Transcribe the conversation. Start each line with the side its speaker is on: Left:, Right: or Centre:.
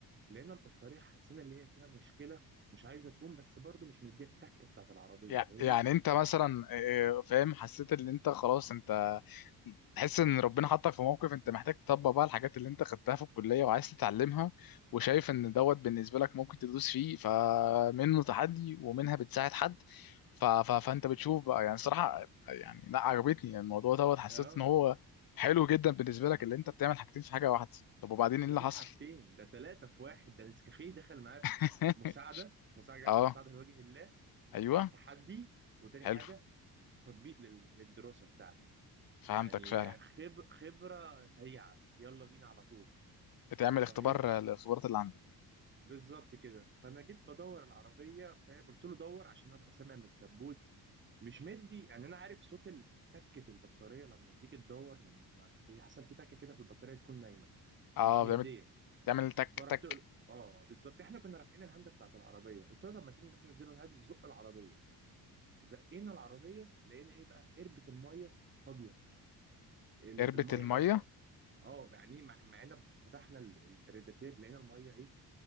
Right: لقينا البطاريه حسينا ان هي فيها مشكله مش عايزه تقوم بس برضو مش مديه التكه بتاعت العربيه
Left: يع-
Right: فاهمني
Left: يعني انت مثلا آه، فاهم حسيت ان انت خلاص انت تحس ان ربنا حطك في موقف انت محتاج تطبق بقى الحاجات اللي انت خدتها في الكليه وعايز تتعلمها وشايف ان دوت بالنسبه لك ممكن تدوس فيه فمنه تحدي ومنها بتساعد حد ف... ف... فانت بتشوف بقى يعني صراحه يعني لا عجبتني الموضوع دوت حسيت
Right: اه
Left: ان هو حلو جدا بالنسبه لك اللي انت بتعمل حاجتين في حاجه واحده طب وبعدين ايه
Right: لا
Left: اللي
Right: مش
Left: حصل
Right: حاجتين ده ثلاثه في واحد ده نسكافيه دخل معايا في-
Left: <laughs>
Right: مساعده مساعده
Left: اه
Right: مساعده لوجه الله
Left: ايوه
Right: آه، تحدي وتاني
Left: حلو
Right: حاجة تطبيق لل- للدراسة بتاعتي
Left: فهمتك
Right: يعني
Left: فعلا
Right: خب خبرة سريعة يلا بينا على طول
Left: بتعمل اختبار
Right: فايه
Left: للخبرات اللي عندك
Right: بالظبط كده فانا جيت بدور العربية فاهم قلت له دور عشان ابقى سامع من الكبوت مش مدي يعني انا عارف صوت ال- تكة البطارية لما تيجي تدور ما- ما- بيحصل في تكة كده في البطارية تكون نايمة
Left: اه
Right: مش مدية
Left: بتعمل تعمل تك
Right: فرحت
Left: تك
Right: قل- اه بالظبط احنا كنا رافعين الهاند بتاعت العربية قلت له لما تيجي بس ننزلوا الهاند نزق العربية زقينا العربية لقينا ايه بقى قربة المية فاضية ال-
Left: قربة
Right: الميه
Left: المية
Right: نازله اه يعني إيه مع مع ان فتحنا ال- ال- الريداتير لقينا الميه ايه